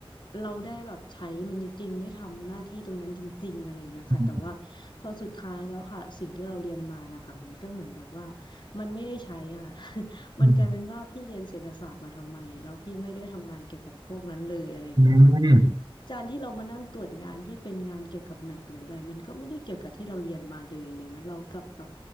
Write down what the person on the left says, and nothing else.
เราได้แบบใช้มันจริงๆได้ทำหน้าที่ตรงนั้นจริงๆอะไรอย่างเงี้ยค่ะแต่ว่าพอสุดท้ายแล้วค่ะสิ่งที่เราเรียนมานะคะมันก็เหมือนแบบว่า
มันไม่ได้ใช้อ่ะ <laughs> มันกลายเป็นว่าพี่เรียนเศรษฐศาสตร์มาทำไมแล้วพี่ไม่ได้ทำงานเกี่ยวกับพวกนั้นเลยอะไรอย่างเงี้ยค่ะ
การที่เรามานั่งตรวจงานที่เป็นงานเกี่ยวกับแมปหรืออะไรมันก็ไม่ได้เกี่ยวกับที่เราเรียนมาเลยอะไรเงี้ยเรากลับแบบ